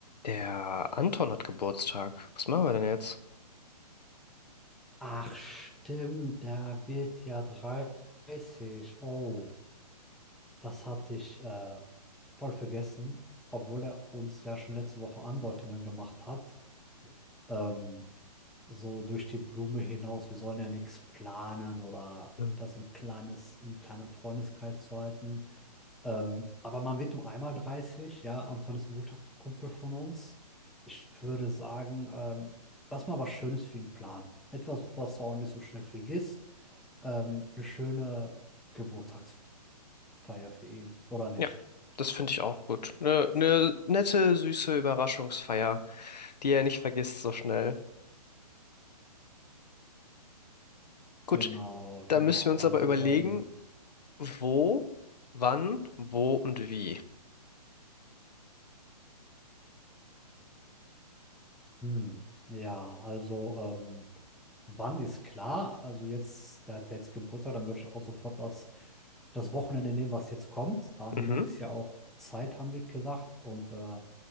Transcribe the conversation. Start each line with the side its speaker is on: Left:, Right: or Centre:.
Left: Der Anton hat Geburtstag. Was machen wir denn jetzt?
Centre: Ach stimmt, der wird ja 30. Oh, das hatte ich äh, voll vergessen, obwohl er uns ja schon letzte Woche Andeutungen gemacht hat. Ähm, so durch die Blume hinaus, wir sollen ja nichts planen oder
Left: Hm.
Centre: das im kleines, im kleinen Freundeskreis zu halten. Ähm, aber man wird nur einmal 30, ja. Anton ist ein guter Kumpel von uns. Ich würde sagen, ähm, lass mal was Schönes für ihn planen. Etwas, was er auch nicht so schnell vergisst. Ähm, eine schöne Geburtstagsfeier für ihn, oder nicht?
Left: Ja, das finde ich auch gut. Eine ne ne nette, süße Überraschungsfeier, die er nicht vergisst so schnell. Gut,
Centre: Genau,
Left: da
Centre: genau.
Left: müssen wir uns
Centre: Also,
Left: aber überlegen,
Centre: ähm,
Left: wo, wann, wo und wie.
Centre: hm, ja, also, ähm, wann ist klar? Also jetzt, der hat ja jetzt Geburtstag, dann würde ich auch sofort das, das Wochenende nehmen, was jetzt kommt. Da haben
Left: Mhm,
Centre: die Jungs ja auch Zeit, haben die gesagt. Und äh,